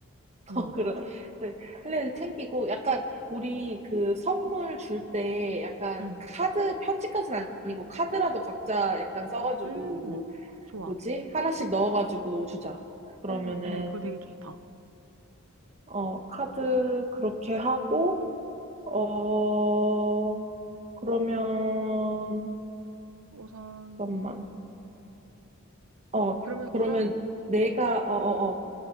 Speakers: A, on the right; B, on the right.
A: <laughs>
B: 응
A: 어, 그래. 그래. 할래를 챙기고, 약간, 우리 그 선물 줄 때, 약간,
B: 응.
A: 카드, 편지까지는 아니고, 카드라도 각자 약간 써가지고,
B: 음,
A: 뭐,
B: 좋아.
A: 뭐지? 하나씩 넣어가지고 주자. 그러면은,
B: 응응응 그거 되게 좋다.
A: 어, 카드 그렇게 하고, 어, 그러면,
B: 우선,
A: 잠깐만. 어,
B: 그러면
A: 그러면
B: 우선,
A: 내가, 어어어,